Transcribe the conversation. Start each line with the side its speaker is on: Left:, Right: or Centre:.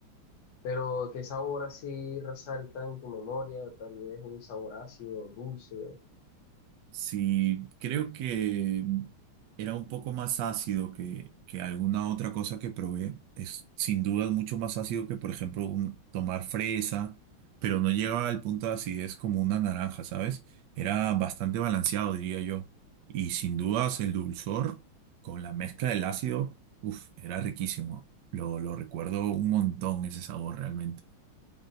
Left: Pero, ¿qué sabor así resalta en tu memoria? Tal vez un sabor ácido, dulce.
Right: Sí, creo que era un poco más ácido que, que alguna otra cosa que probé. Es sin duda mucho más ácido que, por ejemplo, un- tomar fresa, pero no llegaba al punto de acidez como una naranja, ¿sabes? Era bastante balanceado, diría yo. Y sin dudas el dulzor con la mezcla del ácido, uff, era riquísimo. Lo, lo recuerdo un montón ese sabor realmente.